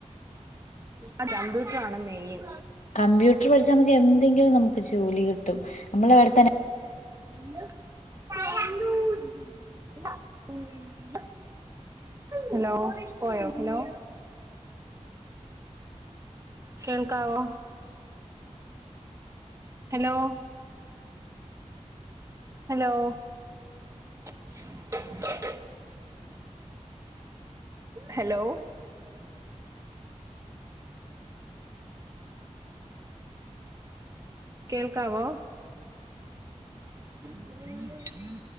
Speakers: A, on the right; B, on the left.
A: അ കമ്പ്യൂട്ടറ ആണ് മെയിൻ.
B: കമ്പ്യൂട്ർ പഠിച്ചാൽ നമുക്ക് എന്തെങ്കിലും നമുക്ക് ജോലി കിട്ടും. നമ്മള വിടെത്തന്നെ.
A: <inaudible> ഹലോ പോയോ ഹലോ കേൾക്കാവോ ഹലോ
B: അം <unintelligible>
A: ഹലോ <inaudible> ഹലോ കേൾക്കാവോ? ഉ <unintelligible>